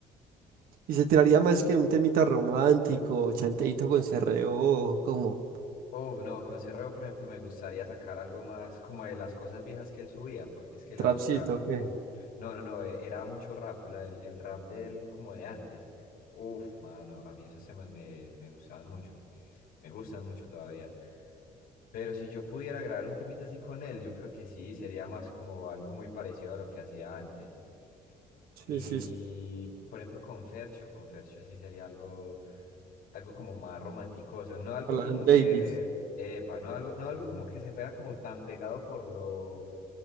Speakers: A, on the right; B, on the left.
A: Y se tiraría más que un temita romántico, chanteito con cerreo, como
B: Oh, no, con Cerreo, por ejemplo, me gustaría sacar algo más como de las cosas viejas que él subía, porque es que
A: Trapcito,
B: la música,
A: ¿qué?
B: uff, no, no, no, eh, era mucho rap, la del- el rap del como de antes. Uff, mano, a mí esos temas me, me gustaban mucho, me gustan mucho todavía. Pero si yo pudiera grabar un temita así con él, yo creo que sí, sería más como algo muy parecido a lo que hacía antes.
A: Sí,
B: Y
A: sí, sí.
B: por ejemplo con Fercho, con Fercho sí sería algo, algo como más romanticoso, no algo
A: Hola,
B: como
A: Davis.
B: que, epa, no algo, no algo como que se fuera como tan pegado por lo,